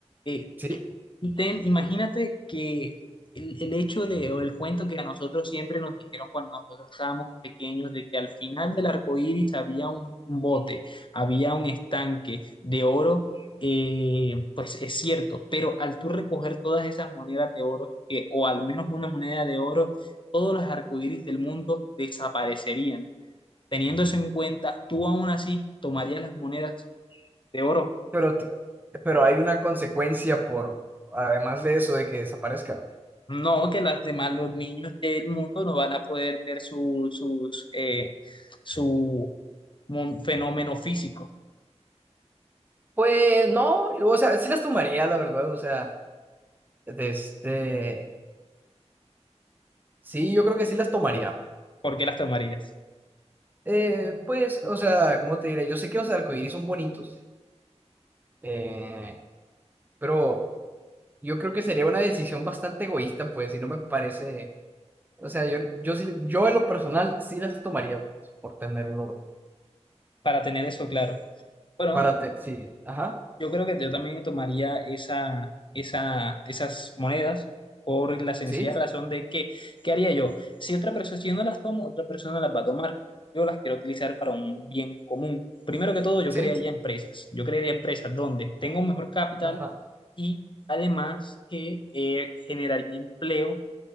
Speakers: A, on the left; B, on the right.
A: Eh,
B: sí,
A: y ten, imagínate que el, el hecho de, o el cuento que a nosotros siempre nos dijeron cuando nosotros estábamos pequeños, de que al final del arco iris había un un bote, había un estanque de oro, eh, pues es cierto, pero al tú recoger todas esas monedas de oro, que- o al menos una moneda de oro, todos los arcoíris del mundo desaparecerían. Teniendo eso en cuenta, tú aún así tomarías las monedas de oro.
B: pero, ti- pero hay una consecuencia por, además de eso, de que desaparezcan.
A: No, que las demás, los niños del mundo no van a poder ver su, sus, eh, su mon- fenómeno físico.
B: Pues no, yo, o sea, sí las tomaría, la verdad, o sea, de este, sí, yo creo que sí las tomaría.
A: ¿Por qué las tomarías?
B: Eh, pues, o sea, ¿cómo te diré? Yo sé que los arcoíris son bonitos, eh, pero yo creo que sería una decisión bastante egoísta, pues, y no me parece. O sea, yo, yo, sí- yo en lo personal sí las tomaría pues, por tener el oro.
A: Para tener eso claro. Bueno,
B: Para te, sí, ajá,
A: Yo creo que yo también tomaría esa, esa, esas monedas por la sencilla
B: sí,
A: razón de que, ¿qué haría yo? Si otra persona, si yo no las tomo, otra persona las va a tomar. Yo las quiero utilizar para un bien común. Primero que todo, yo
B: sí,
A: crearía empresas. Yo crearía empresas donde tengo un mejor capital
B: ajá,
A: y además que eh, generaría empleo